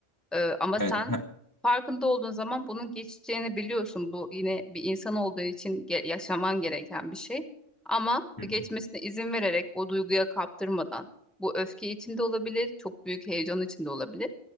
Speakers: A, in the centre; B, on the left (about 20°).
A: Ee, ama sen
B: Evet. ha,
A: farkında olduğun zaman bunun geçeceğini biliyorsun. Bu yine bir insan olduğu için ge- yaşaman gereken bir şey. Ama
B: hı
A: geçmesine
B: hı.
A: izin vererek o duyguya kaptırmadan bu öfke içinde olabilir, çok büyük heyecan içinde olabilir.